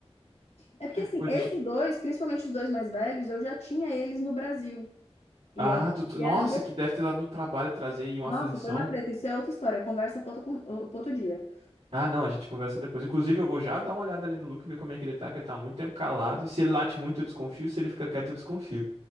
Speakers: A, on the left (about 85°); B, on the right (about 85°).
A: É porque assim,
B: Pois
A: esses
B: deixa...
A: dois, principalmente os dois mais velhos, eu já tinha eles no Brasil. E
B: Ah,
A: aí eles
B: tu... tu-
A: vieram
B: nossa,
A: de...
B: que deve ter dado um trabalho trazer e uma
A: Nossa,
B: aflição.
A: foi uma treta. Isso é outra história. Conversa para outro, pra outro dia.
B: Ah, não, a gente conversa depois. Inclusive, eu vou já dar uma olhada ali no Luke, ver como é que ele tá, que ele tá há muito tempo calado. E se ele late muito, eu desconfio. Se ele fica quieto, eu desconfio.